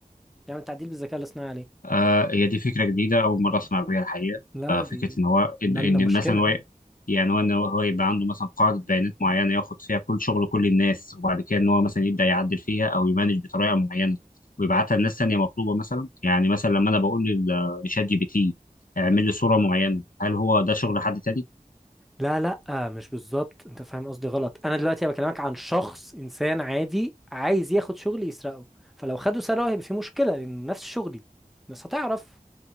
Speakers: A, in the centre; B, on the left.
A: يعمل تعديل بالذكاء الاصطناعي عليه
B: آه هي دي فكرة جديدة أول مرة أسمع بيها الحقيقة
A: لا
B: آه
A: دي
B: فكرة إن هو إن,
A: نالنا
B: إن
A: مشكلة
B: مثلا هو يعني هو إن هو هو يبقى عنده مثلا قاعدة بيانات معينة ياخد فيها كل شغل كل الناس وبعد كده إن هو مثلا يبدأ يعدل فيها أو يمانج بطريقة معينة ويبعتها لناس تانية مطلوبة مثلا يعني مثلا لما أنا بقول لل- لشات جي بي تي اعمل لي صورة معينة هل هو ده شغل حد تاني؟
A: لا لا آه، مش بالظبط انت فاهم قصدي غلط انا دلوقتي بكلمك عن شخص انسان عادي عايز ياخد شغل يسرقه فلو خده سرقه هيبقى في مشكله لان نفس شغلي الناس هتعرف